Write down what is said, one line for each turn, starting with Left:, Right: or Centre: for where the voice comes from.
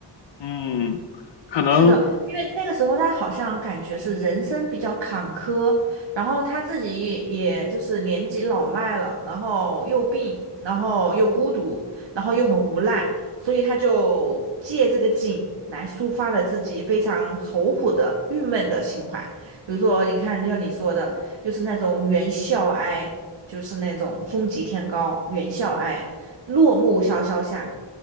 Left: 嗯，可能，
Right: 是的，因为那个时候他好像感觉是人生比较坎坷，然后他自己也也就是年纪老迈了，然后又病，然后又孤独，然后又很无奈，所以他就借这个景来抒发了自己非常愁苦的、郁闷的情怀。比如说，你看，就像你说的，又是那种猿啸哀，就是那种风急天高，猿啸哀，落木萧萧下，